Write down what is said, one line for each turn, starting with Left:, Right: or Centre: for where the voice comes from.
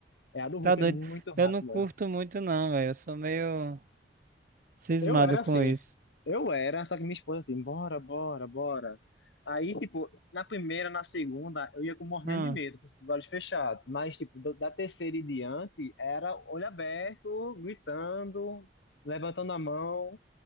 Left: É, a do Hulk
Right: Tá doido.
Left: é muito rápida.
Right: Eu não curto muito, não, velho. Eu sou meio cismado
Left: Eu era
Right: com
Left: assim.
Right: isso.
Left: Eu era, só que minha esposa assim, bora, bora, bora. Aí, tipo, na primeira, na segunda, eu ia com morrendo
Right: Ah,
Left: de medo, com os olhos fechados. Mas, tipo, do- da terceira em diante, era olho aberto, gritando, levantando a mão.